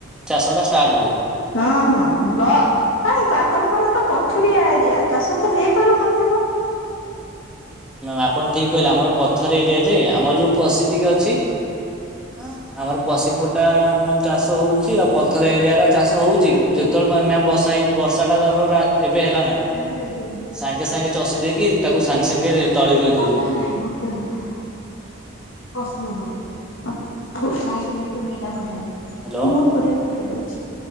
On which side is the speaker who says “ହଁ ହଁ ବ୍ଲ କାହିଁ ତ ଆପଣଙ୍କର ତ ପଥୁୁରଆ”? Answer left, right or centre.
Left